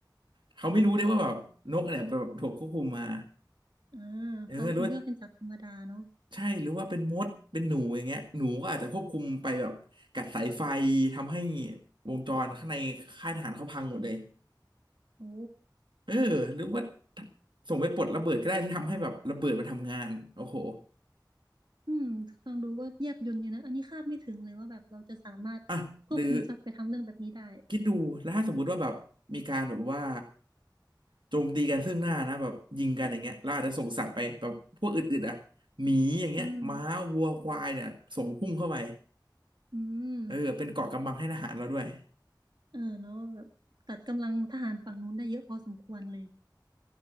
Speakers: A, on the right (about 85°); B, on the right (about 65°).
A: เขาไม่รู้ได้ว่าแบบนกเนี่ยแบบถูกควบคุมมา
B: อ่า
A: เออหรือว่า
B: เขาคงคิดว่าเป็นสัตว์ธรรมดาเนาะ
A: ใช่หรือว่าเป็นมดเป็นหนูอย่างเงี้ยหนูก็อาจจะควบคุมไปแบบกัดสายไฟทำให้วงจรข้างในค่ายทหารเขาพังหมดเลย
B: โอ้
A: เออหรือว่าส่งไปปลดระเบิดก็ได้ที่ทำให้แบบระเบิดมันทำงานโอ้โห
B: อืมฟังดูก็แยบยลอยู่นะอันนี้คาดไม่ถึงเลยว่าแบบเราจะสามารถควบคุมสัตว์ไปทำเรื่องแบบนี้ได้
A: อ่ะหรือคิดดูแล้วถ้าสมมุติว่าแบบมีการแบบว่าโจมตีกันซึ่งหน้านะแบบยิงกันอย่างเงี้ยเราอาจจะส่งสัตว์ไปแบบพวกอื่นๆอ่ะหมีอย่างเงี้ยม้าวัวควายเนี่ยส่งพุ่งเข้าไป
B: อืมอืม
A: เออเป็นเกราะกำบังให้ทหารเราด้วย
B: เออเนาะแบบตัดกำลังทหารฝั่งนู้นได้เยอะพอสมควรเลย